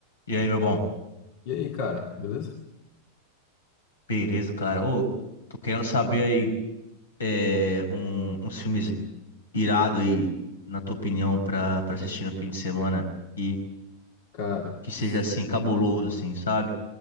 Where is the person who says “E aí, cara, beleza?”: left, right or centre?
Left